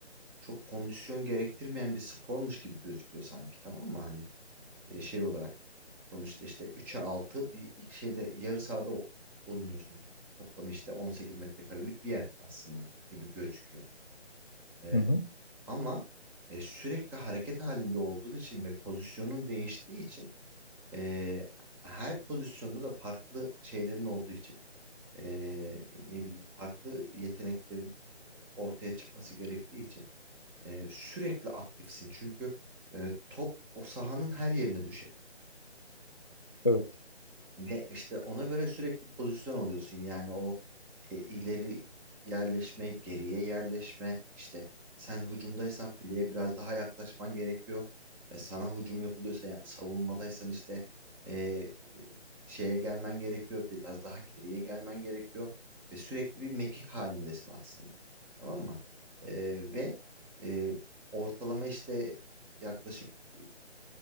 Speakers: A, in the centre; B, on the left (about 25°).
A: çok kondisyon gerektirmeyen bir spormuş gibi gözüküyor sanki tamam mı? Hani e, şey olarak sonuçta işte 3'e 6 bir şeyde yarı sahada o- oynuyorsun. Toplam işte 18 metrekarelik bir yer aslında gibi gözüküyor. E,
B: Hı hı.
A: ama e, sürekli hareket halinde olduğun için ve pozisyonun değiştiği için e, her pozisyonda da farklı şeylerin olduğu için e, ne bileyim farklı yeteneklerin ortaya çıkması gerektiği için e, sürekli aktifsin çünkü e, top o sahanın her yerine düşebilir.
B: Evet.
A: Ve işte ona göre sürekli pozisyon alıyorsun. Yani o e, ileri yerleşme, geriye yerleşme. İşte sen hücumdaysan fileye biraz daha yaklaşman gerekiyor. E, sana hücum yapılıyorsa yani savunmadaysan işte e, e, şeye gelmen gerekiyor. Biraz daha geriye gelmen gerekiyor. Ve sürekli bir mekik halindesin aslında. Tamam mı? E, ve e, ortalama işte yaklaşık e,